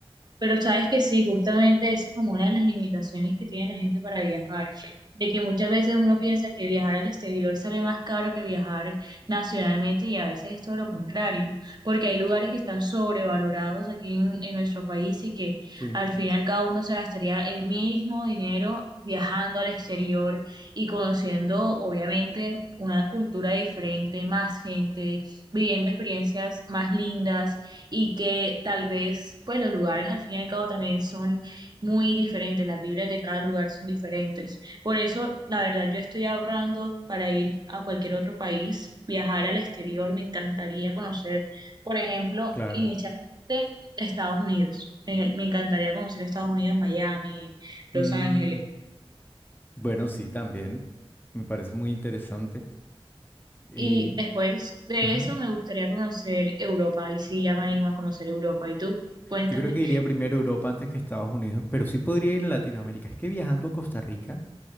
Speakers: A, on the right (about 45°); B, on the left (about 20°).
A: Pero sabes que sí, justamente esa es como una de las limitaciones que tiene la gente para viajar, de que muchas veces uno piensa que viajar al exterior sale más caro que viajar nacionalmente y a veces es todo lo contrario, porque hay lugares que están sobrevalorados aquí en, en nuestro país y que
B: Sí,
A: al final cada uno se gastaría el mismo dinero viajando al exterior y conociendo obviamente una cultura diferente, más gente, viviendo experiencias más lindas y que tal vez pues los lugares al fin y al cabo también son muy diferentes, las vibras de cada lugar son diferentes. Por eso, la verdad, yo estoy ahorrando para ir a cualquier otro país, viajar al exterior, me encantaría conocer, por ejemplo,
B: claro.
A: inicialmente Estados Unidos. Me, me encantaría conocer Estados Unidos, Miami,
B: Mm,
A: Los Ángeles.
B: bueno, sí, también. Me parece muy interesante. Eh,
A: Y después de
B: ajá.
A: eso me gustaría conocer Europa, y sí, ya me animo a conocer Europa. ¿Y tú? Cuéntame.
B: Yo creo que iría primero a Europa antes que a Estados Unidos, pero sí podría ir a Latinoamérica. Es que viajando a Costa Rica